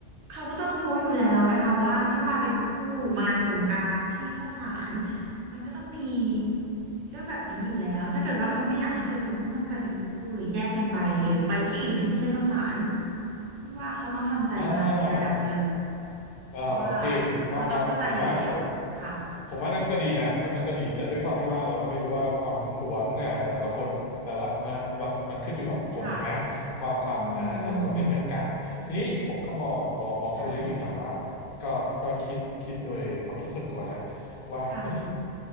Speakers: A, on the right; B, on the left.
A: เขาก็ต้องรู้อยู่แล้วนะคะว่าถ้ามาเป็นคู่มาสงกรานต์ที่เข้าสารมันก็ต้องมีเรื่องแบบนี้อยู่แล้วถ้าเกิดว่าเขาไม่อยากให้เกิดเขาก็ต้องไปเป็นคู่หรือแยกกันไปหรือไปที่อื่นที่ไม่ใช่เข้าสารเพราะว่าเขาต้องทำใจมาในระดับหนึ่ง
B: อ่า อ่าโอเคถูกต้องครับผมว่าผม
A: เพราะว่าเขาต้องเข้าใจอยู่แล้วค่ะ
B: ผมว่านั่นก็ดีนะก็นั่นก็ดีแต่ด้วยความที่ว่าเราก็ไม่รู้ว่าความหึงหวงอ่าแต่ละคนแต่ละนะบางมันขึ้นอยู่กับบุคคลใช่ไหมความความอ่าแต่ละคนไม่เหมือนกันทีนี้ผมก็มองมองมองเข้าไปลึกอีกหน่อยว่า
A: ค่ะอืมค่ะ
B: ก็ก็คิดคิดโดยความคิดส่วนตัวนะว่าเฮ้ย
A: ค่ะ